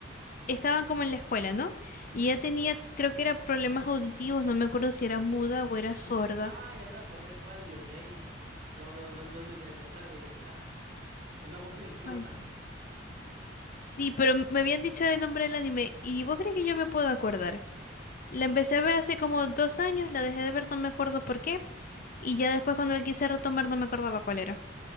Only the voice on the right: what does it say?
ujú.
Ah, ya me acordé cuál, Your Name. No, no, no, no es Your Name, es la de esta, una voz silenciosa.